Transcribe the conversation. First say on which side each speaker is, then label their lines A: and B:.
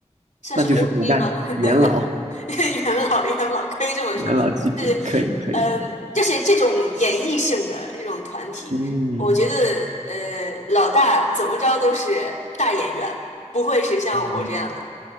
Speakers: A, on the left; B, on the right.
A: 算是
B: 那就是骨干元老，
A: OG 吗？<laughs> 元老，元老可以这么说，
B: 元老级别，
A: 是，
B: 可以可以。
A: 嗯，就是这种演绎性的这种团体，
B: 嗯
A: 我觉得，呃，老大怎么着都是大演员，不会是像我这样的。
B: 嗯，